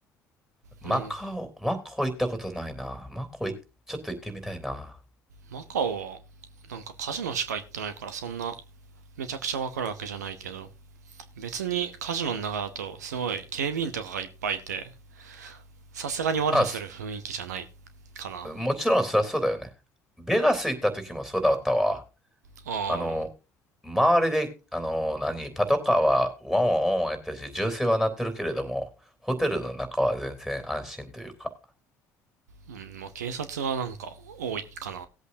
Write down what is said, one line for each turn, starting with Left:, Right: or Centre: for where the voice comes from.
Centre: マカオ、
Right: なん
Centre: マカオ行ったことないな。マカオいちょっと行ってみたいな。
Right: マカオは、なんかカジノしか行ってないから、そんな、めちゃくちゃわかるわけじゃないけど、別にカジノの中だと、すごい警備員とかがいっぱいいて、さすがに悪さする雰囲気じゃないかな。
Centre: あ、もちろんそりゃそうだよね。
Right: あ
Centre: ベガス行った時もそうだったわ。
Right: あ、
Centre: あの、周りで、あの、何、パトカーはワンワンワンワンやってるし、銃声は鳴ってるけれども、ホテルの中は全然安心というか。
Right: うん、まあ警察がなんか多いかな。